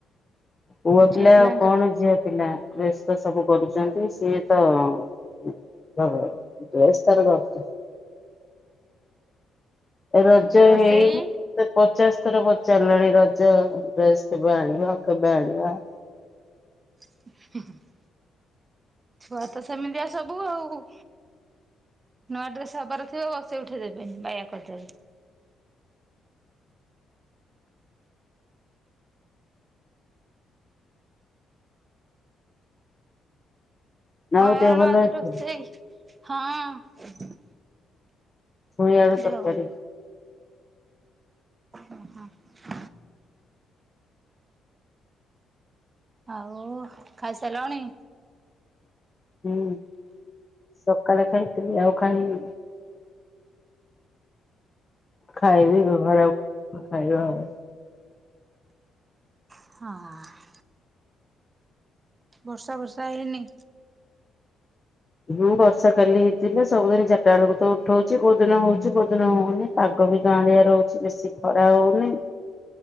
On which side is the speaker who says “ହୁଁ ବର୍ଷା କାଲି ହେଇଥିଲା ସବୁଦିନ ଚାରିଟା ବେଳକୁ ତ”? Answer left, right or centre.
Left